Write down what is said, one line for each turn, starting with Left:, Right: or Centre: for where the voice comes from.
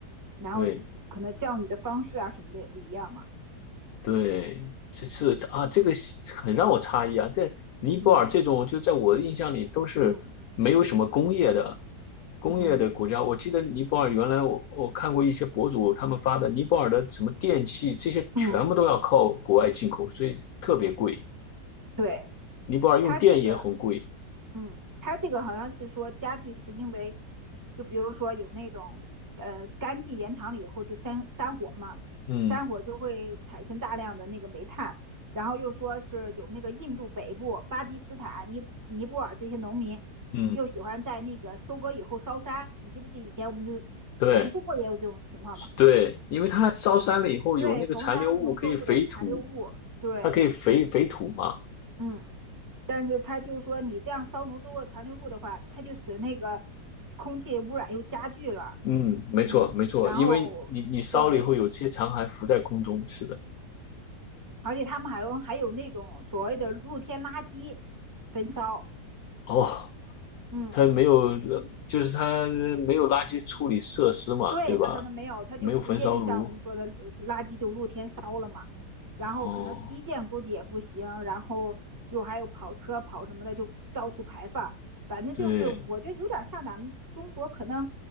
Right: 然后可能教育的方式啊什么的也不一样嘛。
Left: 对，对，这是啊，这个很让我诧异啊，在尼泊尔这种就在我的印象里都是没有什么工业的
Right: 嗯嗯
Left: 工业的国家。
Right: 嗯
Left: 我记得尼泊尔原来我我看过一些博主他们发的尼泊尔的什么电器这些全部都要靠国外进口，
Right: 嗯，
Left: 所以特别贵。
Right: 对
Left: 尼泊尔用电也很贵。
Right: 他这个，嗯，他这个好像是说家具是因为，就比如说有那种呃干季延长了以后就山山火嘛，
Left: 嗯
Right: 山火就会产生大量的那个煤炭，然后又说是有那个印度北部、巴基斯坦、尼尼泊尔这些农民，
Left: 嗯，
Right: 又喜欢在那个收割以后烧山，你记不记以前我们就我们中国也有这种情况嘛？
Left: 对对，因为它烧山了以后有那个残留物可以肥土，
Right: 对焚烧农作物的残留物，对，
Left: 它可以肥肥土嘛。
Right: 嗯，但是他就是说你这样烧农作物残留物的话，它就使那个空气污染又加剧了，
Left: 嗯，没错，
Right: 嗯，
Left: 没错，
Right: 然后对，
Left: 因为你你烧了以后，有些残骸浮在空中，是的。
Right: 而且他们还用还有那种所谓的露天垃圾焚烧，
Left: 哦，
Right: 嗯，
Left: 它没有，就是它没有垃圾处理设施嘛，
Right: 对他可能没有，
Left: 对吧？
Right: 他就直接就像我们说的，
Left: 没有焚烧炉。
Right: 呃垃圾就露天烧了嘛。然后可能基建估计也不行，
Left: 哦，
Right: 然后又还有跑车跑什么的，就到处排放。反正就是我觉得有点像咱们中国可能
Left: 对，